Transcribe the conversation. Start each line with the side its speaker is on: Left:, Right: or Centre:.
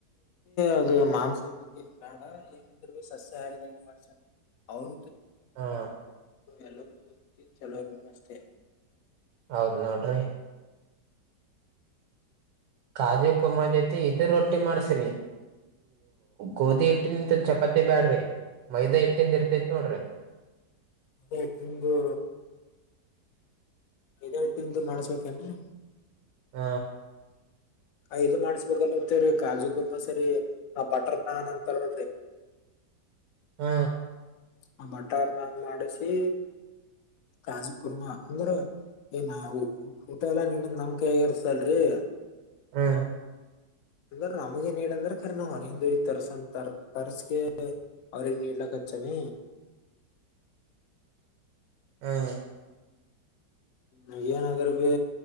Left: ಅದು ಮಾಂಸದ ಬಗ್ಗೆ ಬೇಡ ಏನಿದ್ರು ಭ ಸಸ್ಯ ಹಾಡಿದಂಗಗೆ ಮಾಡಸಣಿ ಅವ್ರ
Right: ಹಾ
Left: ಎಲ್ಲ ಚಲೋಗ ಅಷ್ಟೇ
Right: ಹೌದ ನೋಡ್ರಿ ಕಾಜು ಕುರ್ಮಾ ಜೊತೆ ಇದ ರೊಟ್ಟಿ ಮಾಡ್ಸ್ ಇ ಗೋಧಿ ಹಿಟ್ಟಿನಂತ ಚಪಾತಿ ಬ್ಯಾಡ್ರಿ ಮೈದಾ ಹಿಟ್ಟಿಂದ ಇರ್ತೈತ್ ನೋಡ್ರಿ
Left: ಅದ್ ತಿಂದುು ಇ ತಿಂದು ಮಾಡಸ್ಬೇಕೇನ್ರರಿ
Right: ಹ
Left: ಇದು ಮಾಡ್ಸ್ಬೇಕಲ್ತ್ತೇ್ರೀ ಕಾಜು ಕುರ್ಮಾ ಸರಿ ನ ಬಟರ್ ನಾನ್ ಅಂತ ನೋಡ್ರಿ
Right: ಹ್ಮ
Left: ಆ ಬಟಾರ್ ನನ್ ಮಾಡಿಸಿ ಕಾಜು ಕುರ್ಮಾ ಅಂದ್ರ ಏನ ಊಟ ಎಲ್ಲಾ ನೀದ್ ನಮ್ಕೈ ಏರ್ಸಲ್ರಿ
Right: ಹ್ಮ
Left: ಅಂದ್ರ ರಾಮಗೆ ನೀ ಅಂದ್ರ ರಿ ನಾವ ಅವ್ರ ತರ್ಸ ತರ್ಸಕ ಅವ್ರ ನೀಡ್ಲಕ್ಕ ನೀ
Right: ಹಾ <unintelligible>
Left: ಮುಜನ ಅಾದ್ರ ಭೀ